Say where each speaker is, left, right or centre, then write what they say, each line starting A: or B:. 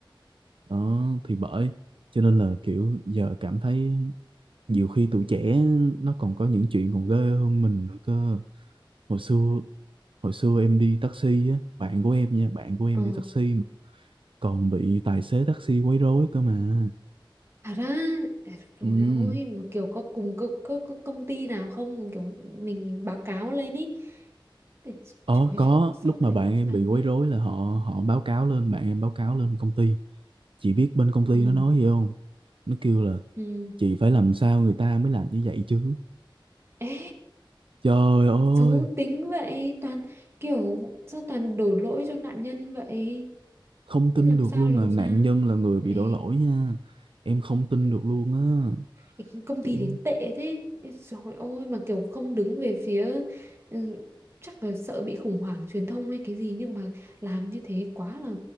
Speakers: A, on the right (about 75°); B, on the right (about 30°).
A: đó thì bởi cho nên là kiểu giờ cảm thấy nhiều khi tụi trẻ nó còn có những chuyện còn ghê hơn mình nữa cơ hồi xưa hồi xưa em đi taxi á bạn của em nha bạn của em
B: Ờ,
A: đi taxi mà còn bị tài xế taxi quấy rối cơ mà
B: thật ra rồi
A: ừ
B: ôi mà kiểu có cùng có, có, có công ty nào không kiểu mình báo cáo lên ý để
A: ờ
B: trời
A: có
B: chứ sao
A: lúc mà
B: lại
A: bạn em
B: làm
A: bị quấy
B: ấy
A: rối là họ họ báo cáo lên bạn em báo cáo lên công ty chị biết bên công ty
B: ừ
A: nó nói gì không nó kêu là
B: ừ
A: chị phải làm sao người ta mới làm như vậy chứ
B: ê
A: trời ơi
B: xấu tính vậy toàn kiểu sao toàn đổ lỗi cho nạn nhân vậy
A: không tin
B: làm
A: được
B: sao
A: luôn
B: làm
A: là nạn
B: sao
A: nhân là người bị
B: Ê.
A: đổ lỗi nha em không tin
B: ừ.
A: được luôn á
B: Cái công
A: kiểu
B: ty thì tệ thế Ê, trời ơi mà kiểu không đứng về phía ừ, chắc là sợ bị khủng hoảng truyền thông hay cái gì nhưng mà làm như thế quá là